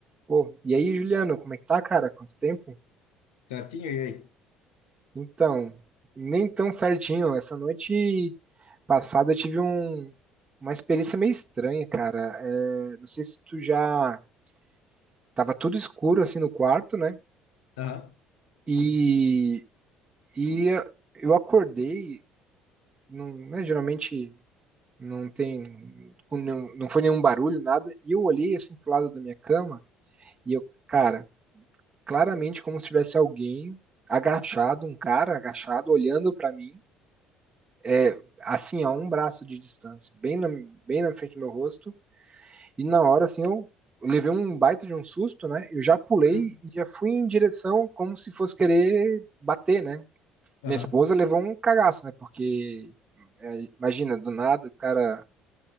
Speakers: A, on the right (about 25°); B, on the left (about 80°).
A: Pô, e aí, Juliano, como é que tá, cara? Quanto tempo?
B: Certinho? E aí?
A: Então, nem tão certinho. Essa noite passada eu tive um- uma experiência meio estranha, cara. É, não sei se tu já tava tudo escuro assim no quarto, né?
B: Aham,
A: E, e eu acordei, não, né, geralmente não tem, não, não foi nenhum barulho, nada. E eu olhei assim pro lado da minha cama e eu, cara, claramente como se tivesse alguém agachado, um cara agachado olhando pra mim. é, assim, a um braço de distância, bem na, bem na frente do meu rosto. E na hora, assim, eu levei um baita de um susto, né? Eu já pulei
B: Hum,
A: e já fui em direção como se fosse querer bater, né?
B: aham,
A: Minha esposa levou um cagaço, né? Porque, é, imagina, do nada o cara